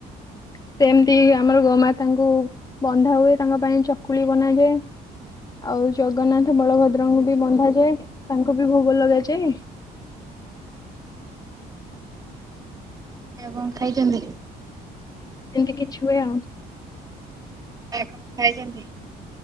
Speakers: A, on the left; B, on the right.
A: ସେମିତି ଆମର ଗୋମାତାଙ୍କୁ ବନ୍ଧା ହୁଏ ତାଙ୍କ ପାଇଁ ଚକୁଳି ବନାଯାଏ। ଆଉ ଜଗନ୍ନାଥ ବଳଭଦ୍ରଙ୍କୁ ବି ବନ୍ଧାଯାଏ ତାଙ୍କୁ ବି ଭୋଗ ଲଗାଯାଏ।
B: ଆଉ କଣ ଖାଇଚନ୍ତି?
A: ଇନ୍ତି କିଛି ହୁଏ ଆଉ।
B: ଏ ଖାଇଛନ୍ତି?